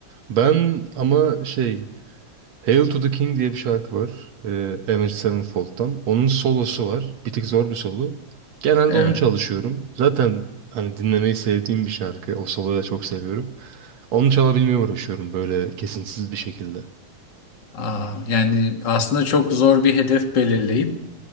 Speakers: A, on the right; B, on the left.
A: Ben ama şey Hail to the King diye bir şarkı var. E, Avenged Sevenfold'dan. Onun solosu var. Bir tık zor bir solo. Genelde
B: Evet.
A: onu çalışıyorum. Zaten hani dinlemeyi sevdiğim bir şarkı. O soloyu da çok seviyorum. Onu çalabilmeye uğraşıyorum böyle kesintisiz bir şekilde.
B: Aa, yani aslında çok zor bir hedef belirleyip